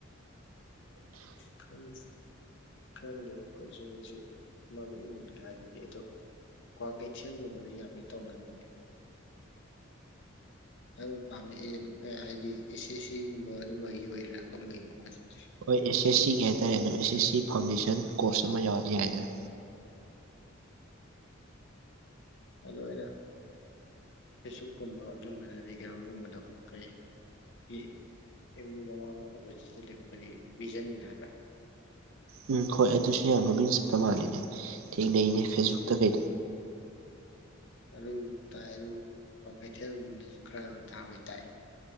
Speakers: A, on the left; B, on the right.
A: ꯈꯪ ꯈꯪꯗꯦꯗ ꯀꯣꯖꯤꯡꯖꯤ ꯃꯃꯤꯡꯒꯥꯏꯗꯨꯗꯤ ꯑꯗꯨ ꯀ꯭ꯋꯥ ꯀꯩꯊꯦꯜꯒꯨꯝꯕꯗ ꯌꯥꯝ ꯏꯠ ꯇꯧꯅꯕꯅꯦ꯫ ꯅꯪ ꯄꯥꯝꯃꯛꯑꯦ ꯑ ꯍꯥꯏꯗꯤ ꯑꯦꯁ ꯑꯦꯁ ꯁꯤꯒꯨꯝꯕ ꯑꯗꯨꯝꯕꯒꯤ ꯑꯣꯏꯔꯥ ꯀꯝꯕꯩꯅꯣ ꯀꯣꯆꯤꯡꯁꯦ?
B: ꯍꯣꯏ ꯑꯦꯁ ꯑꯦꯁ ꯁꯤꯒꯤ ꯍꯥꯏꯇꯥꯔꯦ ꯑꯦꯁ ꯑꯦꯁ ꯁꯤ ꯐꯥꯎꯟꯗꯦꯁꯟ ꯀꯣꯔꯁ ꯑꯃ ꯌꯥꯎꯔꯗꯤ ꯌꯥꯏꯗꯅ꯫
A: ꯑꯗꯣ ꯑꯩꯅ ꯄꯦꯁꯕꯨꯛꯀꯨꯝꯕ ꯑꯗꯨꯝꯕꯗꯗꯤ ꯀꯩꯅꯣꯒꯨꯝꯕꯗꯣ ꯀꯩ ꯒꯤ ꯑꯦꯝ ꯌꯨ ꯃꯃꯥꯡꯗ ꯑꯣꯄꯣꯖꯤꯠꯇ ꯂꯩꯕ ꯀꯔꯤꯕ ꯚꯤꯖꯟ ꯍꯥꯏꯕ꯭ꯔꯥ?
B: ꯎꯝ ꯍꯣꯏ ꯑꯗꯨꯁꯨ ꯌꯥꯝ ꯃꯃꯤꯡ ꯆꯠꯄ ꯃꯥꯜꯂꯤꯅꯦ ꯊꯦꯡꯅꯩꯅꯦ ꯐꯦꯁꯕꯨꯛꯇ ꯀꯩꯗ꯫
A: ꯑꯗꯨ ꯇꯥꯏ ꯑꯗꯨ ꯀ꯭ꯋꯥ ꯀꯩꯊꯦꯜꯒꯨꯝꯕꯗꯁꯨ ꯈꯔ ꯑꯗꯨꯝ ꯇꯥꯕꯩ ꯇꯥꯏ꯫